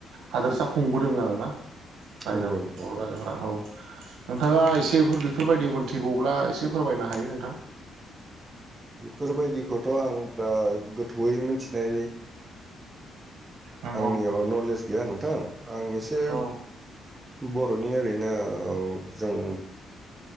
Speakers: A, on the right; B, on the right.
A: हादोरसा खुंबोदों आरोना। हायोदा
B: नंगौ नोंथां
A: बर
B: औ
A: राजाफोरा औ। नोंथाङा एसेफोर बेफोरबायदि मोनथिगौब्ला एसे फोरमायनो हायो नोंथां।
B: बेफोरबायदिखौथ' थ' आं बिराद गोथौयै मिथिनाय
A: नंगौ
B: आंनियाव नलेज गैया नोंथां। आं एसे
A: औ
B: बर'नि ओरैनो औ जों